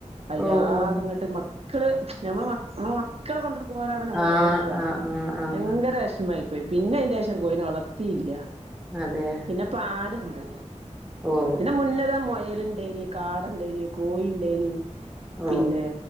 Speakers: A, on the right; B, in the centre.
A: അയിലാകങ്ങട്ട്
B: ഓഹ് ഓഹ്
A: മക്കള് നമ്മളെ മക്ക നമ്മളമക് മക്കളെ കൊണ്ടടക്കുമ്പോലാണല്ലോ നമ്മൾ
B: ആഹ്
A: കൊണ്ടട്ക്കാ
B: ആഹ് ആഹ് ആഹ്
A: ഭയങ്കര വെഷ്മായി പോയി. പിന്നെ അയിന്റെഷം കോയിനെ വളർ ത്തീല്ല്യ
B: അതെ
A: പിന്നെപ്പ ആട്ണ്ട്.
B: ഓഹ്.
A: പിന്നെ മുന്നതാ മെയല്ണ്ടെയ്നി, കാടണ്ടെയ്നി, കോഴണ്ടെയ്നി,
B: ഓഹ്
A: പിന്നെ
B: ഓഹ്